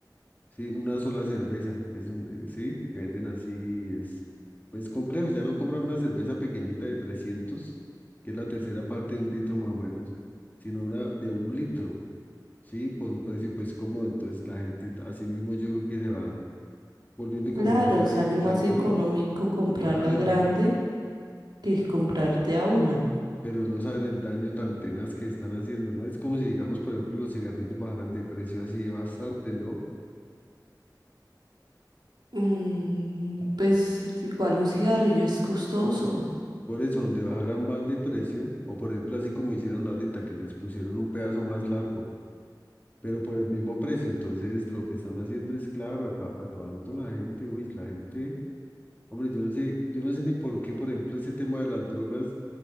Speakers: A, on the left (about 25°); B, on the right (about 75°).
A: ¿sí? Una sola cerveza, que es un, eh, sí, que venden así y es, pues complejo. Ya no compran una cerveza pequeñita de trescientos que es la tercera parte de un litro más o menos, sino una de un litro, ¿sí? Por un precio pues cómodo. Entonces la gente, así mismo yo creo que se va volviendo como
B: Claro,
A: más adicta,
B: sale más
A: ¿no?
B: económico comprar
A: Claro,
B: la grande que comprar de a una.
A: pero no saben el daño tan tenaz que están haciendo, ¿no? Es como si, digamos, por ejemplo, los cigarrillos bajaran de precio así bastante, ¿no?
B: Mm, pues igual un cigarrillo es costoso.
A: Por eso, donde bajaran más de precio, o por ejemplo, así como hicieron ahorita, que les pusieron un pedazo más largo, pero por el mismo precio, entonces lo que están haciendo es, claro, aca- acabando la gente, uy, la gente, hombre, yo no sé, yo no sé ni por qué, por ejemplo, ese tema de las drogas.